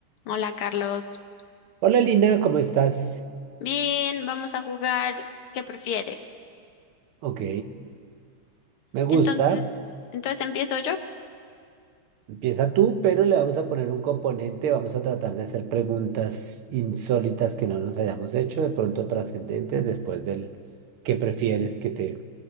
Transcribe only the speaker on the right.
Hola Lina, ¿cómo estás?
Ok, me gusta.
Empieza tú, pero le vamos a poner un componente. Vamos a tratar de hacer preguntas insólitas que no nos hayamos hecho, de pronto trascendentes, después del que prefieres que te